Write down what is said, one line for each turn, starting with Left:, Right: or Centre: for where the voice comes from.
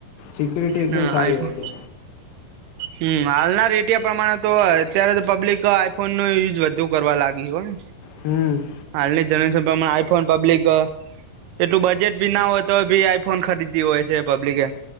Left: સિક્યુરિટી એકદમ
Right: હ આઈફોન
Left: સારી હોય છે.
Right: હમ હાલના રેટિયા પ્રમાણે તો અત્યારે તો પબ્લિક આઈફોન નો યુઝ વધુ કરવા લાગી હોય.
Left: હમ
Right: હાલની જનરેશનમા આઈફોન પબ્લિક એટલું બજેટ ભી ના હોય તો બી આઈફોન ખરીતી હોય છે પબ્લિકે